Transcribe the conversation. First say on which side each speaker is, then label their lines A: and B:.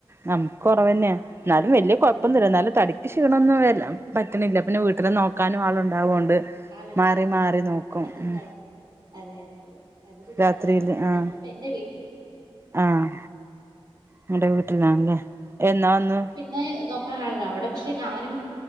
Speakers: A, on the right (about 25°); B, on the right (about 50°).
A: നമുക്ക് കൊറവന്നെയ
B: ഉം
A: എന്നാലും വല്യ കൊഴപ്പൊന്നില്ല
B: അതെ അതെ
A: എന്നാലും തടിക്ക് ക്ക് ക്ഷീണൊന്നും വരാ പറ്റണില്ല പിന്നെ വീട്ടില് നോ നോക്കാനും ആളുണ്ടാവോണ്ട്
B: ആളുണ്ട്
A: മാറി
B: ആഹ്
A: മാറി
B: ആഹ് ആഹ്
A: നോക്കും
B: അതൊരു
A: ഉം
B: കാര്യം അതെ അതെ അതെ അതൊരു കാര്യാണ്
A: രാത്രിയില് ആഹ്
B: ഞാനിപ്പോ എൻറെ വീട്ടില
A: ആഹ് നിന്റെ വീട്ടിലാണ്ല്ലേ എന്നാ വന്നു
B: എന്നെ നോക്കാനാണല്ലോ അവിടെ പക്ഷെ ഞാനും